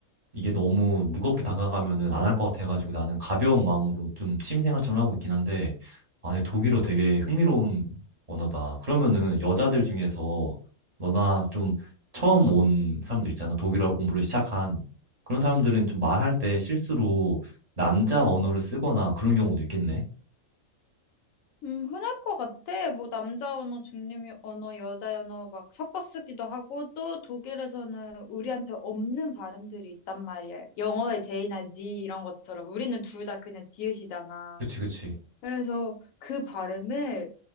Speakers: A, on the right (about 35°); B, on the left (about 75°).
A: 이게 너무 무겁게 다가가면은 안 할 것 같아가지고 나는 가벼운 마음으로 좀 취미생활처럼 하고 있긴 한데, 아, 네, 독일어 되게 흥미로운 언어다. 그러면은 여자들 중에서 너나 좀 처음 온 사람들 있잖아. 독일어 공부를 시작한 그런 사람들은 좀 말할 때 실수로 남자 언어를 쓰거나 그런 경우도 있겠네.
B: 음, 흔할 것 같아. 뭐, 남자 언어, 중립 언어, 여자 언어 막 섞어 쓰기도 하고, 또 독일에서는 우리한테 없는 발음들이 있단 말이야. 영어의 J나 Z 이런 것처럼. 우리는 둘 다 그냥 지읒이잖아.
A: 그치, 그치.
B: 그래서 그 발음을